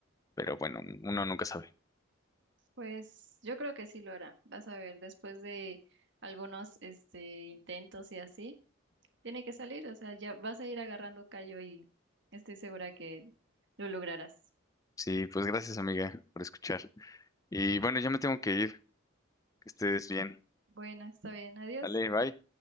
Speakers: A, on the left; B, on the right.
A: pero bueno, uno nunca sabe.
B: Pues yo creo que sí lo hará. Vas a ver, después de algunos este intentos y así. tiene que salir, o sea, ya vas a ir agarrando callo y estoy segura que lo lograrás.
A: Sí, pues gracias, amiga, por escuchar. Y bueno, ya me tengo que ir. Que estés bien.
B: Bueno, está bien, adiós.
A: Dale, bye.